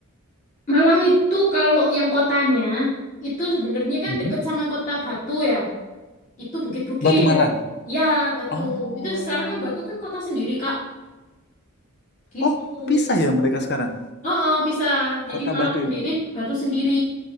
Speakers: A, on the left; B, on the left.
A: Malang itu kalau yang kotanya itu sebenarnya kan
B: Mhm.
A: deket sama kota Batu ya. Itu bukit-bukit.
B: Batu Malang?
A: Ya, Batu.
B: Oh.
A: Itu sekarang kan Batu kan kota sendiri, Kak. Gitu.
B: Oh, pisah ya mereka sekarang?
A: Oh, oh, pisah. Jadi
B: Kota
A: Malang
B: Batu
A: sendiri,
B: itu?
A: Batu sendiri.